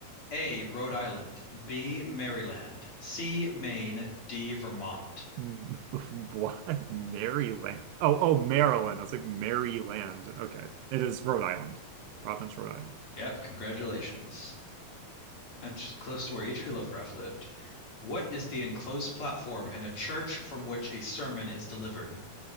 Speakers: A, on the left; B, on the right.
A: A, Rhode Island, B, Maryland, C, Maine, D, Vermont.
B: Mm, <laughs> What? Maryland. Oh, oh, Maryland. I was like Maryland. Okay. It is Rhode Island. Province, Rhode Island.
A: Yep, congratulations. That's close to where H.P. Lovecraft lived. What is the enclosed platform in a church from which a sermon is delivered?